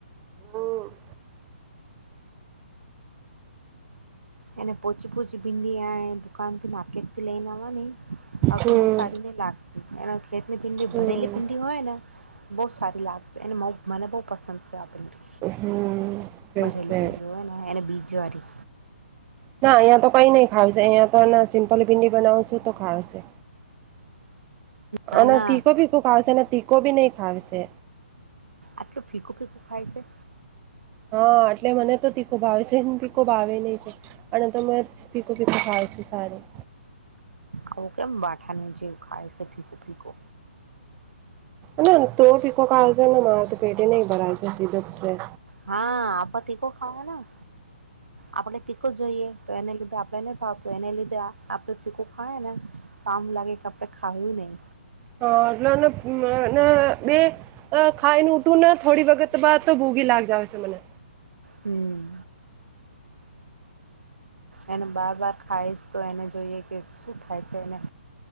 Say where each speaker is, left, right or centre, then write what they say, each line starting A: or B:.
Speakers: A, on the right (about 20°); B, on the right (about 85°).
A: હમ્મ.
B: એ ને પોચી પોચી ભિંડી આયે દુકાનથી માાર્કેેટથી લઈને આવવાની આ
A: હમ
B: ભિડી સારી નઈ લાગતી એના ખેતની ભિડી
A: હમ
B: ભરેલી ભિડી હોય ને બહુ સારી લાગશે અને મા મને પસંદ છે આપડી
A: હમ ઠીક
B: ભરેલી
A: છે
B: ભીંડી હોય ને એને બીજ જ્વારી
A: ના અહિયા તો કઈ નઈ ખાવશે અહિયા તો ના સિમ્પલ ભીંડી બનાવ છું તો ખાવશે.
B: ના
A: અને
B: ના
A: તીખો ભીકો ખાવશે અને તીખો ભી નહી ખાવશે.
B: આટલું ફીકું ફીકું ખાઈ છે.
A: હા એટલે મને તો તીખો ભાવે છે ને તીખો ભાવે નહી છે. અને તમે ફીકુ ફેકુ ભાવે છે સારૂં.
B: આવો કેમ બાઠાને જેમ ખાય છે ફીકું ફીંકુ.
A: ના તો ફીકો કઈ છે ને મારા તો પેટે ન ભરાય છે સીધો છે
B: હા આપ તીખો ખાવાના આપડે તીકો જોઈએ તો એને લીધે આપણે નહી ફાવતું એને લીધે આપડ ફીકું ખાવાના કામ લાગે કે આપણે ખાવું નહીં.
A: હા નો નો <unintelligible> બે અ ખાઈને ઉટું ના થોડી વખત બાદ તો ભોગી લાગ જાવે છે મને.
B: હમ્મ એને બાર બાર ખાઈશ તો એને જોઈએ કે શું થાય તો એને